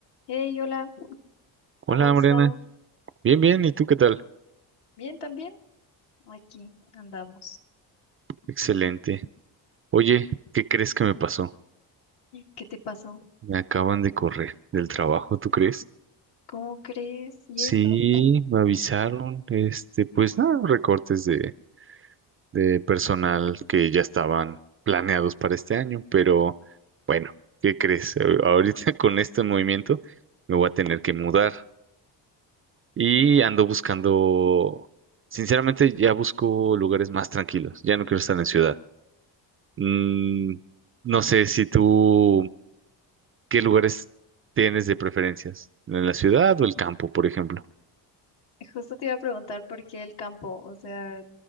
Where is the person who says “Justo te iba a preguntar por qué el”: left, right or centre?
Left